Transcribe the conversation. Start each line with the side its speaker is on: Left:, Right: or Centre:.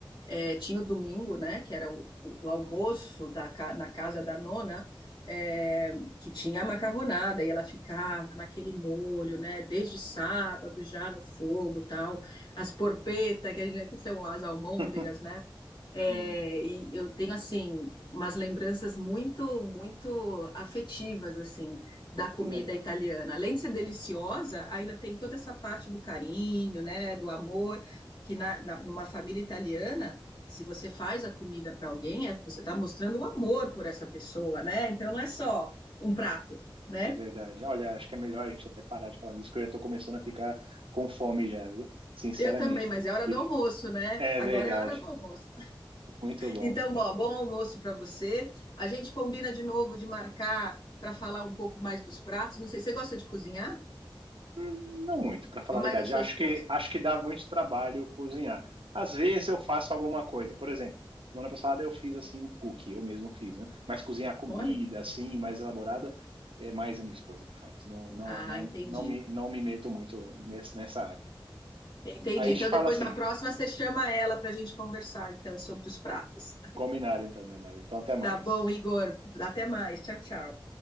Left: é, tinha o domingo, né, que era o, o almoço da, ca- na casa da nona, é, que tinha a macarronada, e ela ficava naquele molho, né, desde sábado já no fogo, tal, as porpeta, que a gente, que são as almôndegas,
Right: <laughs>
Left: né, é,
Right: Sim,
Left: e eu tenho assim umas lembranças muito, muito afetivas assim da comida
Right: que legal.
Left: italiana. Além de ser deliciosa, ainda tem toda essa parte do carinho, né, do amor que na, na- numa família italiana, se você faz a comida para alguém, é, você está mostrando o amor por essa pessoa, né? Então não é só um prato, né?
Right: É verdade. Olha, acho que é melhor a gente até parar de falar isso, que eu já estou começando a ficar com fome já, viu? Sinceramente.
Left: Eu também, mas é hora
Right: E
Left: do almoço, né?
Right: é
Left: Agora
Right: verdade.
Left: é a hora do almoço.
Right: Muito bom.
Left: Então, ó, bom almoço para você. A gente combina de novo de marcar para falar um pouco mais dos pratos. Não sei, você gosta de cozinhar?
Right: Hum, Não muito, para falar
Left: Ou
Right: a verdade.
Left: mais a sua
Right: Acho
Left: esposa?
Right: que acho que dá muito trabalho cozinhar. Às vezes eu faço alguma coisa. Por exemplo, semana passada eu fiz assim um cookie, eu mesmo fiz, né? Mas cozinhar comida
Left: Olha.
Right: assim, mais elaborada, é mais a minha esposa que faz. Não não
Left: Ah,
Right: não
Left: entendi.
Right: não me não me meto muito nesse, nessa área.
Left: Entendi.
Right: A gente
Left: Então,
Right: fala
Left: depois
Right: assim,
Left: na próxima você chama ela para a gente conversar então sobre os pratos.
Right: combinado então, Bernardo. Então até mais.
Left: Tá bom, Igor. Até mais. Tchau, tchau.